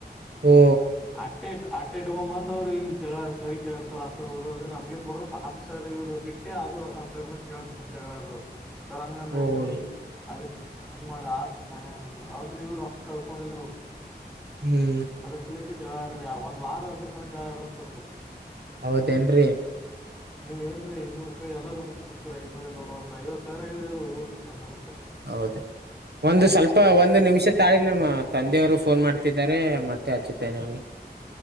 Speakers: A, on the right (about 70°); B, in the centre.
A: ಓ
B: ಅಟ್ಟೆಟ್ ಅಟ್ಟೆಟ್ ತಗೋಬಂದೋರು ಇಲ್ಲಿ ಜಗಳ ಸಾರೀ ಕೆೇಳರ್ ಸರ ಸರ್ ಓದಲ್ರಿ ನಮ್ಗೆ ಕೊಡ್ರ <unintelligible> ಬಿಟ್. ಅಷ್ಟೇ ಅದು ಅ ಸರ್ ನಾ ಕೇಳಕ್ ಜಗಳಡರು ಸರ್ ಅಂಗಂದ್ರೆಂಗ್ರಿ
A: ಓ
B: ಅದಕ್. ಹಂಗ್ ಮಾಡಿ ಆಟ್ ಶಣೆ ಇರದು ಅವ್ದ್ರಿ ಇವ್ರ ರೊಕ್ಕ ಕಳ್ಸ್ಕೊಂದಿಲ್ರೀ ಇವ್ರು.
A: ಹೇ.
B: ಅದ್ರ ಸಲುಕ್ಕೆ ಜಗಳ ಆದ್ರೆ ಒಂದ್ ವಾರ ಅದ್ರ ಸಲ ಜಗಳ. <unintelligible>
A: ಹೌದೇನ್ರೀ.
B: ನೀವ ಏನ್ರಿ ಐನೂರೂಪಾಯ್ ಎಲ್ಲರು ಬಿಟ್ ಕೊಡ್ತಾರೇ ಐನೂರೆ ದೊಡ್ದಪ್ಪ ಐವತ್ ಸಾವ್ರ ಹೇಳಿರು ನಿಮ್ಗ್ ಅಂಗ್
A: ಹೌದ್ ಒಂದು ಸ್ವಲ್ಪ ಒಂದು ನಿಮಿಷ ತಳಿ. ನಮ್ಮ ತಂದೆಯರು ಫೋನ್ ಮಾಡ್ತಿದ್ದಾರೆ ಮತ್ತೆ ಹಚ್ಚುತ್ತೇನೆ ಅಂಗೆ.